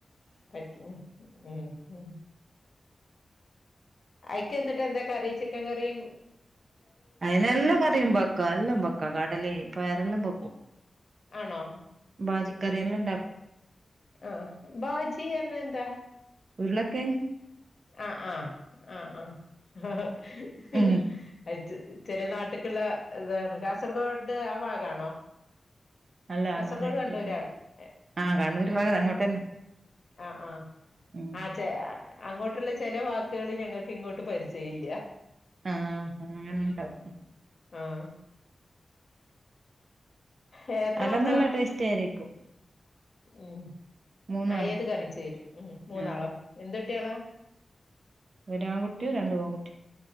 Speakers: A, on the left; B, on the right.
A: പ ഉം ഉം. ഉം അയ്ക്ക് ന്ന്ട്ട് എന്താ കറി? ചിക്കൻ കറിം,
B: അയിനെല്ല കറിയും വെക്ക. എല്ലം വെക്കാ. കടലേം പയറെല്ലം വെക്കും.
A: ആണോ
B: ഭാജി കറിയെല്ലം ണ്ടാക്കു
A: ആഹ് ബാജി എന്നർഞ്ഞാ എന്താ
B: ഉരുളക്കെഴങ്ങ്
A: ആഹ് ആഹ് ആഹ് ആഹ് ആ ഹ് ഹ്
B: ഉം
A: ഹ അയ്ച്ച് ചെലേ നാട്ട്ക്ക്ള്ള ഇതാണ് കാസർഗോഡ് ആ ഭാഗാണോ
B: അല്ല
A: കാസർഗോഡ്
B: ഓണ്
A: കണ്ണൂരാണ്
B: ഉം
A: എ-
B: ആ കണ്ണൂര് ഭാഗാതങ്ങോട്ടെന്നെ
A: ആഹ ആഹ
B: മ്മ്
A: <unintelligible> അങ്ങോട്ടുള്ള ചെല വാക്കുകള് ഞങ്ങൾക്ക് ഇങ്ങോട്ട് പരിചയില്ല്യ
B: ആഹ് അങ്ങനെണ്ടാവും
A: ആഹ ഏഹ് എത്രെ
B: അല്ല
A: മക്കളാ?
B: നല്ല ടേസ്റ്റ് ആയിരിക്കും
A: ഉം
B: മൂന്നാളും
A: ആഹാ ഏത് കറിം ചേരും ഉം മൂന്നാളോ?
B: ആഹ്
A: എന്തുട്ട്യാളാ?
B: ഒരാൺകുട്ടിം രണ്ട് പെങ്കുട്ടിം